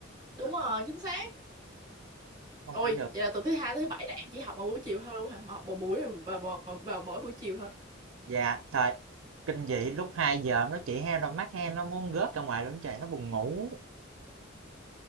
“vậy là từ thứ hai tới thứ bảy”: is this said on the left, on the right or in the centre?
Right